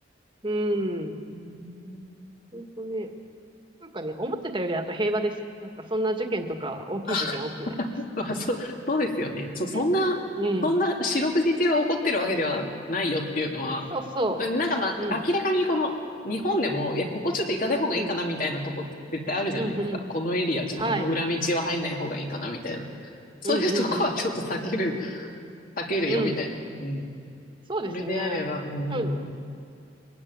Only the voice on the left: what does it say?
うん
あ、<laughs> まあ、そう、そうですよね。そう、そんな、
そんな四六時中起こってるわけではないよっていうのは、
だなんかまあ、
明らかにこの、日本でも、いや、ここちょっと行かない方がいいかなみたいなとこって絶対あるじゃないですか。
このエリア、ちょっとこの裏道は入んない方がいいかなみたいな。
そういうとこはちょっと避ける、
避けるよみたいな。
うん。
それであれば、うん。